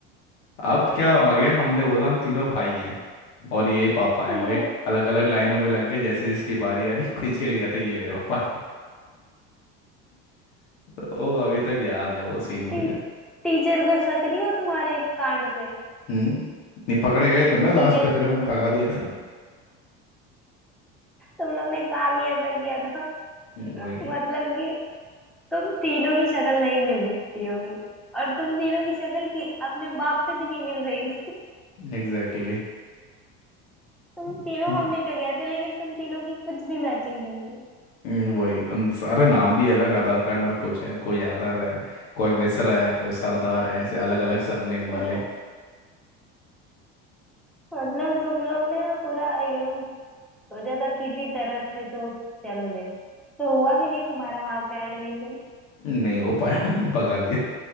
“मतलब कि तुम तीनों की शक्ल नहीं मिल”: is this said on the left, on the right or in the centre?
Centre